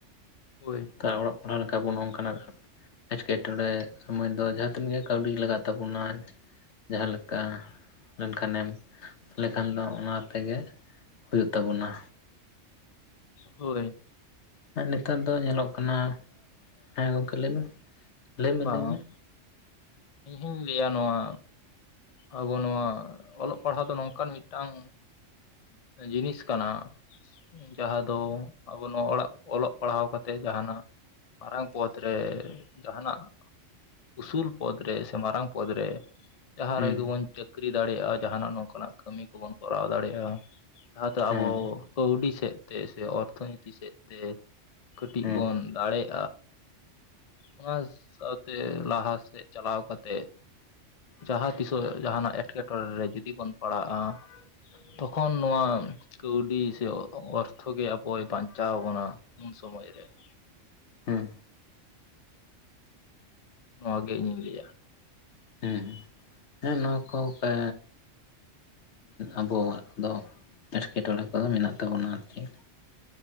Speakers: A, on the left; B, on the left.
A: ᱦᱳᱭ
B: ᱛᱟ ᱚᱞᱚᱜ ᱯᱟᱲᱦᱟᱣ ᱞᱮᱠᱟ ᱵᱚᱱ ᱚᱱᱠᱟᱱᱟᱜ ᱮᱴᱠᱮᱴᱚᱬᱮ ᱥᱚᱢᱚᱭ ᱫᱚ ᱡᱟᱦᱟᱸ ᱛᱤᱱᱟᱜ ᱜᱮ ᱠᱟᱹᱣᱰᱤ ᱞᱟᱜ? ᱛᱟᱵᱩᱱᱟ ᱡᱟᱦᱟᱸ ᱞᱮᱠᱟ ᱞᱮᱱ ᱠᱷᱟᱱᱮᱢ ᱛᱟᱦᱚᱞᱮ ᱠᱷᱟᱱ ᱫᱚ ᱚᱱᱟ ᱛᱮᱜᱮ ᱦᱩᱭᱩᱜ ᱛᱟᱵᱚᱱᱟ᱾
A: ᱦᱳᱭᱻ
B: ᱦᱮᱸ ᱱᱮᱛᱟᱨ ᱫᱚ ᱧᱮᱞᱚᱜ ᱠᱟᱱᱟ ᱦᱮᱸ ᱜᱚᱢᱠᱮ ᱞᱟᱹᱭ ᱢᱮ ᱞᱟᱹᱭᱢᱮ
A: ᱵᱟᱝ
B: ᱞᱟᱹᱭᱢᱮ?
A: ᱤᱧ ᱦᱚᱧ ᱞᱟᱹᱭᱟ ᱱᱚᱣᱟᱼᱼ ᱟᱵᱚ ᱱᱚᱣᱟ ᱚᱞᱚᱜ ᱯᱟᱲᱦᱟᱣ ᱫᱚ ᱱᱚᱝᱠᱟᱱ ᱢᱤᱫᱴᱟᱝᱼᱼ ᱡᱤᱱᱤᱥ ᱠᱟᱱᱟ᱾ ᱡᱟᱦᱟᱸ ᱫᱚ ᱟᱵᱚ ᱱᱚᱣᱟ ᱚᱲᱟᱜ ᱚᱞᱚᱜ ᱯᱟᱲᱦᱟᱣ ᱠᱟᱛᱮᱫ ᱡᱟᱦᱟᱱᱟᱜᱼᱼ ᱢᱟᱨᱟᱝ ᱯᱚᱫ ᱨᱮ ᱡᱟᱦᱟ ᱱᱟᱜ ᱩᱥᱩᱞ ᱯᱚᱫ ᱨᱮ ᱥᱮ ᱢᱟᱨᱟᱝ ᱯᱚᱫ ᱨᱮᱼᱼ ᱡᱟᱦᱟᱸ
B: ᱦᱩᱸ
A: ᱨᱮᱜᱮ ᱵᱚᱱ ᱪᱟᱹᱠᱨᱤ ᱫᱟᱲᱮᱭᱟᱜᱼᱟ ᱡᱟᱦᱟᱱᱟᱜ ᱱᱚᱝᱠᱟᱱᱟᱜ ᱠᱟᱹᱢᱤ ᱠᱚᱵᱚᱱ ᱠᱚᱨᱟᱣ ᱫᱟᱲᱮ ᱭᱟᱜᱼᱟ᱾ ᱡᱟᱦᱟᱸ ᱫᱚ
B: ᱦᱮᱸ
A: ᱟᱵᱚ ᱠᱟᱹᱣᱰᱤ ᱥᱮᱫ ᱛᱮ ᱥᱮ ᱚᱨᱛᱷᱚᱱᱤᱛᱤ ᱥᱮᱫ ᱛᱮ‌ ᱠᱟᱹᱴᱤᱡ
B: ᱦᱮᱸ
A: ᱵᱚᱱ ᱫᱟᱲᱮᱜᱼᱼ ᱚᱱᱟ ᱥᱟᱶᱛᱮ ᱞᱟᱦᱟ ᱥᱮᱫ ᱪᱟᱞᱟᱣ ᱠᱟᱛᱮᱼᱼ ᱡᱟᱦᱟᱸ ᱛᱤᱥᱚᱜ ᱡᱟᱦᱟᱱᱟᱜ ᱮᱸᱴᱠᱮ ᱴᱚᱬᱮ ᱨᱮ ᱡᱩᱫᱤ ᱵᱚᱱ ᱯᱟᱲᱟᱜᱼᱟ᱾ ᱛᱚᱠᱷᱚᱱ ᱱᱚᱣᱟ ᱠᱟᱹᱣᱰᱤ ᱥᱮ ᱚᱨᱛᱷᱚ ᱜᱮ ᱟᱵᱚᱭ ᱵᱟᱧᱪᱟᱣ ᱵᱚᱱᱟᱼᱼ ᱩᱱ ᱥᱚᱢᱚᱭ ᱨᱮ ᱾
B: ᱦᱩᱸ ᱾
A: ᱱᱚᱣᱟ ᱜᱮ ᱤᱧ-ᱤᱧ ᱞᱟᱹᱭᱟ ᱾
B: ᱦᱩᱸ, ᱦᱮᱸ ᱱᱚᱣᱟ ᱠᱚ ᱠᱟ ᱟᱵᱚᱣᱟᱜ ᱫᱚ ᱮᱴᱠᱮᱴᱚᱬᱮ ᱠᱚᱫᱚ ᱢᱮᱱᱟᱜ ᱛᱟᱵᱚᱱᱟ ᱟᱨ ᱪᱮᱫ ᱾